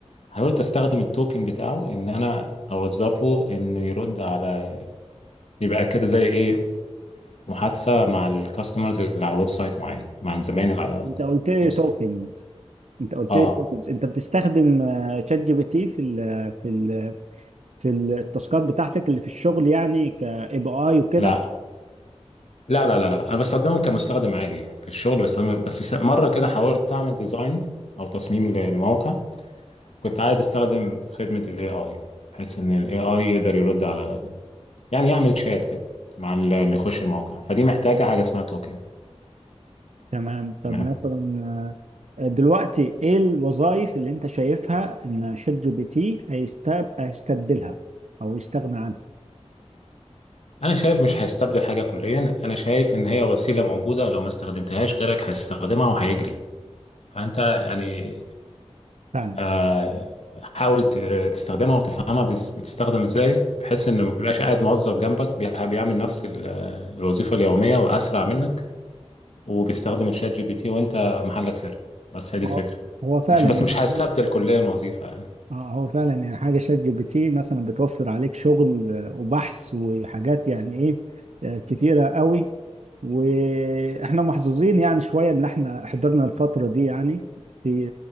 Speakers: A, on the left; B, on the right.
A: حاولت استخدم التوكن بتاعه ان انا اوظفه انه يرد على يبقى كده زي ايه محادثه مع الكاستمرز اللي على ويب سايت معين مع الزباين اللي على
B: انت قلت لي
A: ويب
B: توكنز
A: سايت
B: انت قلت
A: اه
B: لي توكنز انت بتستخدم آه، شات جي بي تي في ال في ال في التاسكات بتاعتك اللي في الشغل يعني كاي بي اي وكده
A: لا لا لا لا لا انا بستخدمهم كمستخدم عادي في الشغل بستخدمه بس س- مره كده حاولت اعمل ديزاين او تصميم ل- لموقع كنت عايز استخدم خدمه الاي اي بحيث ان الاي اي يقدر يرد على يعني يعمل شات كده مع ال- اللي يخش الموقع فدي محتاجه حاجه اسمها توكن
B: تمام طب
A: تمام
B: مثلا آه، دلوقتي ايه الوظائف اللي انت شايفها ان شات جي بي تي هيستب... هيستبدلها او يستغنى عنها
A: انا شايف مش هيستبدل حاجه كليا انا شايف ان هي وسيله موجوده لو ما استخدمتهاش غيرك هيستخدمها وهيجري فانت يعني
B: فعلا
A: آه، حاول ت- تستخدمها وتفهمها بس- بتستخدم ازاي بحيث ان ما تبقاش قاعد موظف جنبك بي- بيعمل نفس ال- الوظيفة اليومية واسرع منك وبيستخدم الشات جي بي تي وانت محلك سر بس هي دي
B: هو
A: الفكرة
B: هو فعلا
A: مش بس
B: يعني
A: مش هستبدل
B: حاجة
A: كليا وظيفة يعني
B: آه، هو فعلا يعني حاجة شات جي بي تي مثلا بتوفر عليك شغل آه، وبحث وحاجات يعني ايه آه، كتيرة قوي واحنا محظوظين يعني شوية ان احنا حضرنا الفترة دي يعني في